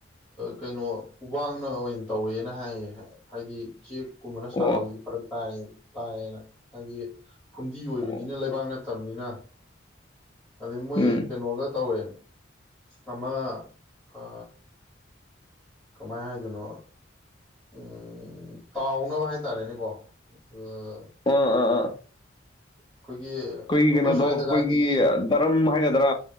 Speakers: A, in the centre; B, on the left.
A: ꯀꯩꯅꯣ ꯎꯕꯛꯅ ꯑꯣꯏꯅ ꯇꯧꯋꯦꯅ ꯍꯥꯏꯌꯦ ꯍꯥꯏꯗꯤ ꯆꯦꯛ ꯀꯨꯝꯕꯅ
B: ꯑꯣ
A: ꯁꯥꯕꯗꯨꯗꯤ ꯐꯔꯛ ꯇꯥꯏ ꯇꯌꯦꯅ ꯍꯥꯏꯗꯤ ꯐꯨꯝꯗꯤ ꯑꯣꯏꯕꯅꯤꯅ
B: ꯑꯣ
A: ꯂꯩꯕꯥꯛ ꯅꯠꯇꯕꯅꯤ ꯅ ꯑꯗꯩ ꯃꯣꯏ
B: ꯎꯝ
A: ꯀꯩꯅꯣꯒ ꯇꯧꯋꯦ ꯑꯃ ꯑ ꯀꯃꯥꯏ ꯍꯥꯏꯗꯣꯏꯅꯣ ꯎꯝ ꯇꯥꯎꯅꯕ ꯍꯥꯏꯇꯥꯔꯦꯅꯦꯀꯣ ꯎꯝ
B: ꯑꯥ ꯑꯥ ꯑꯥ
A: ꯑꯩꯈꯣꯏꯒꯤ
B: ꯑꯩꯈꯣꯏꯒꯤ
A: ꯑꯩꯈꯣꯏ
B: ꯀꯩꯅꯣꯗꯣ
A: ꯁ꯭ꯋꯥꯏꯗꯒꯗꯤ
B: ꯑꯩꯈꯣꯏꯒꯤ ꯗꯔꯝ ꯍꯥꯏꯒꯗ꯭ꯔꯥ